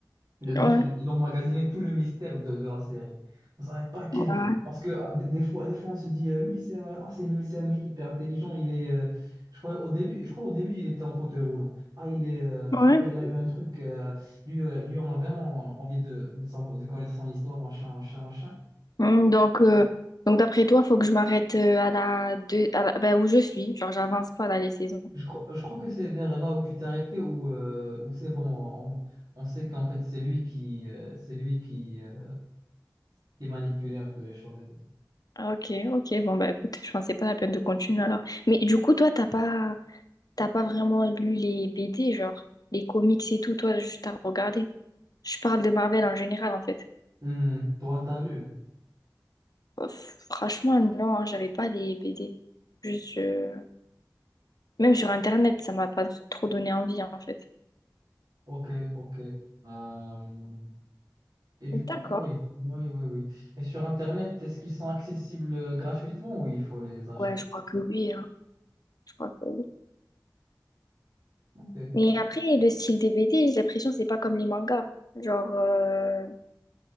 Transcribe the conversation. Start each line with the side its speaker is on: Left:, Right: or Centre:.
Right: le mec,
Left: Ouais.
Right: il, il emmagasinait tout le mystère de, de la série. On savait pas que,
Left: Ouais.
Right: parce que ah, des des fois, des fois, on se dit, euh, lui, c'est un, ah, c'est, un c'est un mec hyper intelligent, il est, euh, je crois, au début, je crois, au début, il était en fauteuil roulant. Ah, il est, euh,
Left: Ouais.
Right: je sais pas, il a eu un truc, euh, lui, euh, lui, on a vraiment envie de, de savoir, de connaître son histoire, machin, machin, machin.
Left: Mmh, donc, euh, donc d'après toi, faut que je m'arrête euh, à la deux, à la- ben, où je suis. Genre, j'avance pas dans les saisons.
Right: Je crois, je crois que c'est vers là où tu t'es arrêté, où, euh, où c'est bon, on, on sait qu'en fait c'est lui qui, euh, c'est lui qui, euh, qui manipulait un peu les choses et tout.
Left: Ah, ok, ok. Bon, bah écoute, je pensais pas la peine de continuer alors. Mais du coup, toi, t'as pas, T'as pas vraiment lu les BD, genre les comics et tout, toi, juste à regarder. Je parle de Marvel en général, en fait.
Right: Hmm, toi, t'as lu.
Left: Euh, Franchement, non, hein, j'avais pas les BD. Juste, euh, même sur Internet, ça m'a pas tr- trop donné envie, hein, en fait.
Right: Ok, ok. Euh, et du coup,
Left: D'accord.
Right: ah oui, oui, oui, oui. Et sur Internet, est-ce qu'ils sont accessibles euh, gratuitement ou il faut les acheter?
Left: Ouais, je crois que oui, hein. Je crois que oui.
Right: Ok.
Left: Mais après, le style des BD, j'ai l'impression que c'est pas comme les mangas. Genre, euh,